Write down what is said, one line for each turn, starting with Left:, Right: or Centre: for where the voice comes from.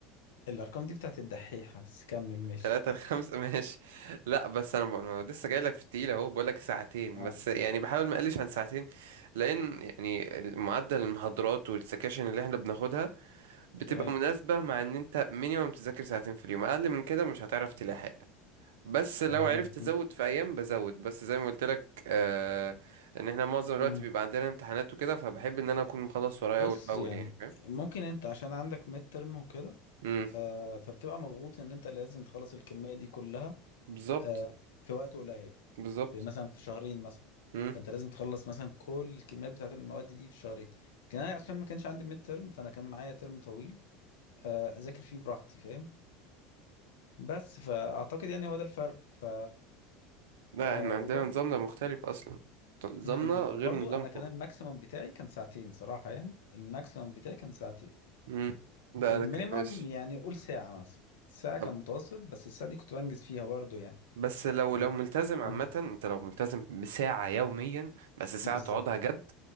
Left: الارقام دي بتاعت الدحيحه بس كمل ماشي
Right: تلاتة لخمسة <laughs> ماشي لا بس انا ب- أنا لسه جاي لك في التقيل اهو بقول لك ساعتين
Left: آه.
Right: بس يعني بحاول ما اقلش عن ساعتين لان يعني معدل المحاضرات والسكاشن اللي احنا بناخدها بتبقى
Left: تمام
Right: مناسبة مع ان انت مينيمم تذاكر ساعتين في اليوم اقل من كده مش هتعرف تلاحق بس
Left: تمام
Right: لو عرفت
Left: م-
Right: تزود في ايام بزود بس زي ما قلت لك آه ان احنا معظم الوقت
Left: م.
Right: بيبقى عندنا امتحانات وكده فبحب ان انا اكون مخلص ورايا
Left: بص
Right: اول باول
Left: يعني
Right: يعني فاهم
Left: ممكن انت عشان عندك ميد ترم وكده
Right: امم
Left: آه فبتبقى مضغوط ان انت لازم تخلص الكمية دي كلها
Right: بالظبط
Left: آه في وقت قليل
Right: بالظبط
Left: في مثلا في شهرين مثلا
Right: امم
Left: فانت لازم تخلص مثلا كل الكميات بتاعت المواد دي في شهرين لكن انا عشان ما كانش عندي ميد ترم فانا كان معايا ترم طويل آه اذاكر فيه براحتي فاهم بس فاعتقد يعني هو ده الفرق ف
Right: لا
Left: آه
Right: احنا عندنا
Left: وبرضو
Right: نظامنا مختلف اصلا نظامنا
Left: امم
Right: غير
Left: وبرضو
Right: نظامكم
Left: انا كان الماكسيمم بتاعي كان ساعتين صراحة يعني الماكسيمم بتاعي كان ساعتين
Right: امم ده
Left: المينيمم
Right: انا ك... ماشي
Left: يعني قول ساعة مثلا ساعة
Right: طب
Left: كان متوسط بس الساعة دي كنت بنجز فيها برضو يعني
Right: بس لو
Left: لقيت
Right: لو ملتزم عامة
Left: مم.
Right: انت لو ملتزم بساعة يوميا بس ساعة
Left: بالظبط
Right: تقعدها جد